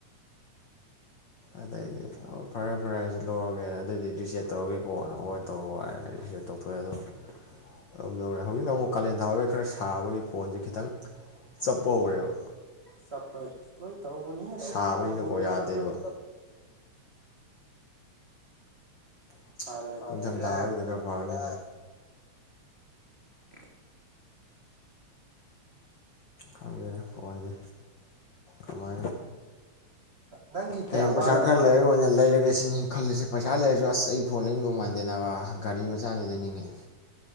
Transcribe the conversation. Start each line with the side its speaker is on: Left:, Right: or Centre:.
Left: ꯑꯗꯩꯗꯤ ꯑꯣ ꯐꯔꯦ ꯐꯔꯦ ꯂꯧꯔꯒꯦꯅ ꯑꯗꯨꯗꯤ ꯔꯤꯁꯦꯠ ꯇꯧꯔꯒꯦꯀꯣꯅ ꯍꯣꯏ ꯇꯧꯔ ꯍꯥꯏꯅ ꯔꯤꯁꯦꯠ ꯇꯧꯊꯣꯛꯑꯦ ꯑꯗꯣ ꯑꯗꯨꯝ ꯂꯧꯔꯦ ꯍꯧꯖꯤꯛꯅ ꯑꯃꯨꯛ ꯀꯥꯂꯦꯟ ꯊꯥꯋꯥꯈꯩ ꯈꯔ ꯁꯥꯕꯒꯤ ꯐꯣꯟꯁꯦ ꯈꯤꯇꯪ ꯆꯞꯄ ꯍꯧꯔꯦꯕ
Right: ꯆꯠꯄ ꯂꯣꯏ ꯇꯧꯕꯅꯦ ꯑꯗꯨꯗꯤ
Left: ꯁꯥꯕꯅꯤꯅꯀꯣ
Right: ꯑꯥꯏꯐꯣꯟ ꯐꯧ
Left: ꯌꯥꯗꯦꯕ
Right: ꯆꯠꯄꯅꯤ
Left: <unintelligible>
Right: ꯁꯥꯔꯛꯑꯗꯤ ꯕꯦꯔꯥ
Left: ꯑꯣꯏꯗꯒ ꯐꯅꯤ
Right: ꯎꯝ
Left: ꯈꯪꯒꯦꯗ ꯐꯣꯟꯁꯦ ꯀꯃꯥꯏꯅꯣ
Right: ꯅꯪꯒꯤ ꯀꯌꯥ
Left: ꯍꯌꯦꯡ ꯄꯩꯁꯥ
Right: ꯋꯥꯠꯂꯤꯒꯦ
Left: ꯈꯔ ꯂꯩꯔꯒ ꯑꯣꯏꯅ ꯂꯩꯔꯒꯦ ꯁꯤꯅꯤ ꯈꯜꯂꯁꯦ ꯄꯩꯁꯥ ꯂꯩꯔꯁꯨ ꯑꯁ ꯑꯩ ꯐꯣꯟꯗ ꯌꯦꯗꯧ ꯃꯥꯟꯗꯦꯅꯕ ꯒꯥꯔꯤ ꯃꯆꯥꯗꯤ ꯂꯩꯅꯤꯡꯉꯦ